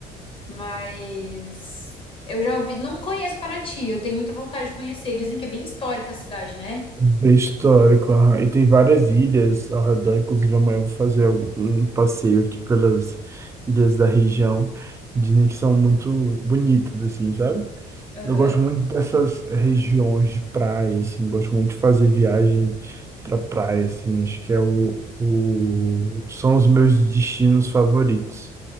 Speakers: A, on the left; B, on the right.
A: mas eu já ouvi, não conheço Paraty, eu tenho muita vontade de conhecer. Dizem que é bem histórica a cidade, né?
B: Bem histórico, aham. E tem várias ilhas ao redor, inclusive amanhã eu vou fazer algum- um passeio aqui pelas ilhas da região, que dizem que são muito bonitas, assim, sabe?
A: Aham.
B: Eu gosto muito dessas regiões de praia, assim, gosto muito de fazer viagem para praia, assim, acho que é o, o... são os meus destinos favoritos.